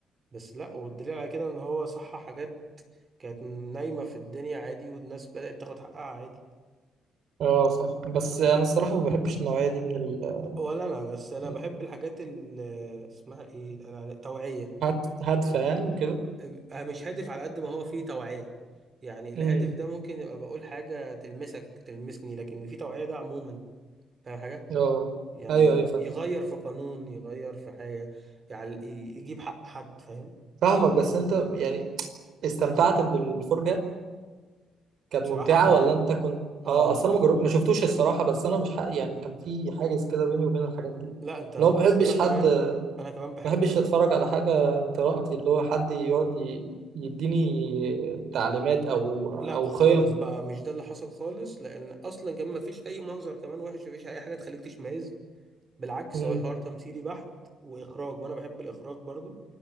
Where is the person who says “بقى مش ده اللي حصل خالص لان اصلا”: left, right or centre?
Right